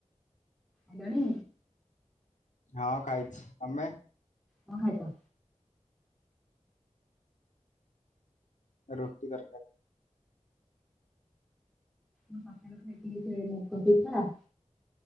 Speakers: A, in the centre; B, on the left.
A: ହେଲାଣି?
B: ହଁ ଖାଇଛି ତମେ?
A: କଣ ଖାଇଛ?
B: ରୋଟି ତରକାରୀ।
A: ମୁଁ ସକାଳୁ ଖାଇଥିଲି ସେ ମୁଗ ପିଠା